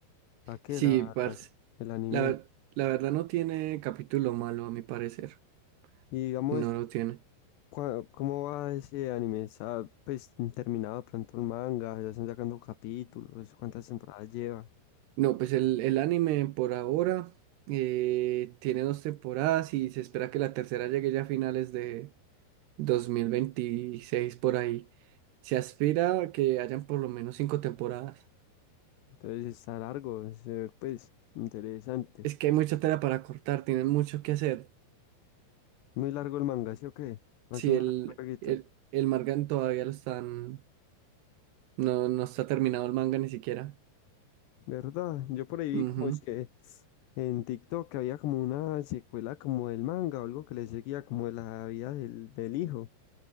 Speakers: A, on the left; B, on the right.
A: la que,
B: Sí,
A: la,
B: parce.
A: las- el anime.
B: La, ver- la verdad no tiene capítulo malo, a mi parecer.
A: Y digamos,
B: No lo tiene.
A: cua- ¿cómo va ese anime? ¿Está pues terminado pronto el manga? ¿Ya están sacando capítulos? ¿Cuántas temporadas lleva?
B: No, pues el, el anime por ahora eh, tiene dos temporadas y se espera que la tercera llegue ya a finales de 2026 por ahí. Se aspira a que hayan por lo menos cinco temporadas.
A: Entonces está largo, se ve, pues interesante.
B: Es que hay mucha tela para cortar, tienen mucho que hacer.
A: Muy largo el manga, ¿sí o qué? Más
B: Si
A: o menos
B: el,
A: larguito.
B: el, el manga todavía lo están, no, no está terminado el manga ni siquiera.
A: ¿Verdad? Yo por ahí vi
B: Ujú.
A: como es que en TikTok había como una secuela como del manga o algo que le seguía como de la vida del, del hijo.